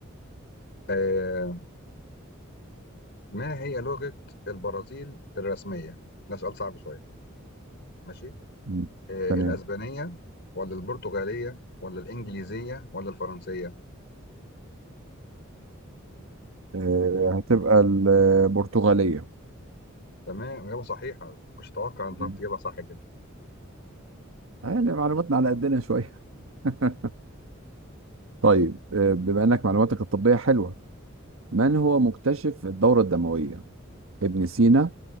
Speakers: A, on the left; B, on the right.
A: آه ما هي لغة البرازيل الرسمية؟ ده سؤال صعب شوية ماشي
B: مم.
A: آه
B: تمام
A: الأسبانية ولا البرتغالية ولا الإنجليزية ولا الفرنسية؟
B: آه، هتبقى البرتغالية
A: تمام إجابة صحيحة ما كنتش أتوقع أن تعرف
B: مم.
A: تجيبها صح كده
B: آه، يعني معلوماتنا على قدنا شوية <laughs> طيب آه، بما انك معلوماتك الطبية حلوة من هو مكتشف الدورة الدموية ابن سينا